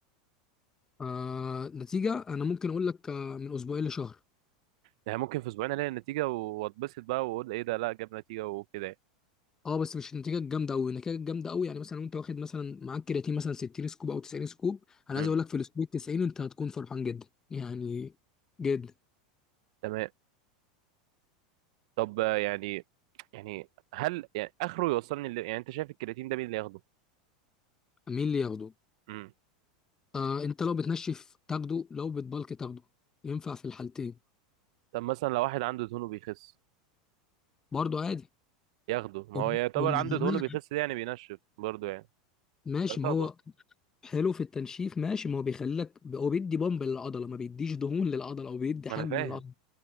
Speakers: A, on the left (about 15°); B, on the right (about 65°).
A: آه، نتيجه انا ممكن اقول لك آه، من اسبوعين لشهر
B: يعني ممكن في اسبوعين الاقي النتيجه واتبسط بقى واقول ايه ده لا جاب نتيجه وكده يعني
A: اه بس مش النتيجه الجامده قوي النتيجه الجامده قوي يعني مثلا وانت واخد مثلا معاك كرياتين مثلا 60 سكوب او 90 سكوب انا
B: امم
A: عايز اقول لك في الاسبوع 90 انت هتكون فرحان جدا يعني جدا
B: تمام طب آه، يعني يعني هل يعني اخره يوصلني اللي يعني انت شايف الكرياتين ده مين اللي ياخده
A: مين اللي ياخده
B: امم
A: آه انت لو بتنشف تاخده لو بتبلك تاخده ينفع في الحالتين
B: طب مثلا لو واحد عنده دهونه بيخس
A: برضه عادي
B: ياخده ما
A: هو
B: هو يعتبر
A: هو مش
B: عنده
A: بيقول-
B: دهونه بيخس ده يعني بينشف برضه يعني
A: ماشي
B: يعتبر
A: ما هو حلو في التنشيف ماشي ما هو بيخليك هو بيدي بامب للعضله ما بيديش دهون للعضله او بيدي
B: ما
A: حجم
B: انا فاهم
A: للعضله